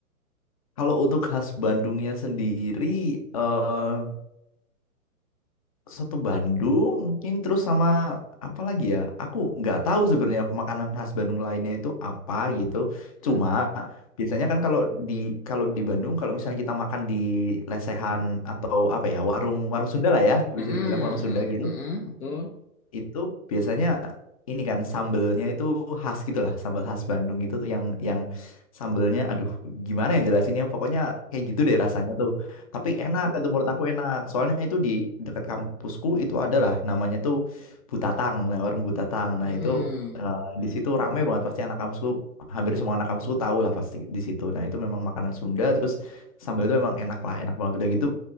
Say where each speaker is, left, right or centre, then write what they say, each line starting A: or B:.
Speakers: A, on the left; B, on the left.
A: Kalau untuk khas Bandungnya sendiri, eh, soto Bandung mungkin terus sama apa lagi ya? Aku nggak tahu sebenarnya makanan khas Bandung lainnya itu apa gitu.
B: Mm-mm.
A: Cuma biasanya kan kalau di kalau di Bandung kalau misalnya kita makan di lesehan atau apa ya warung warung Sunda lah ya
B: Mm-mm,
A: bisa dibilang warung Sunda
B: mm,
A: gitu
B: mm-mm, betul
A: itu biasanya ini kan sambelnya itu khas gitu lah, sambel khas Bandung gitu tuh yang yang sambelnya aduh gimana ya jelasinnya pokoknya kayak gitu deh rasanya tuh. Tapi enak itu menurut aku enak. Soalnya itu di dekat kampusku itu adalah namanya tuh Butatang, nah warung Butatang. Nah,
B: Mm-mm.
A: itu eh, di situ rame banget pasti anak kampusku hampir semua anak kampusku tahu lah pasti di situ. Nah, itu memang makanan Sunda terus sambel itu emang enak lah, enak banget udah gitu.